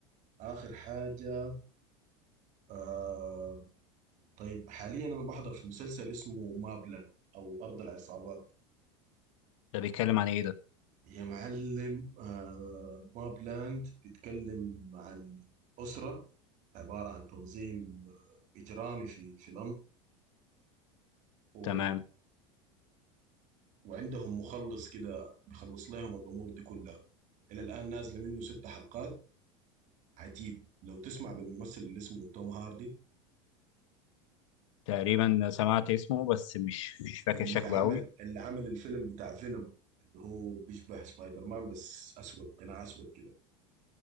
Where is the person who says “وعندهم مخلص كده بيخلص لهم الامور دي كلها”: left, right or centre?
Right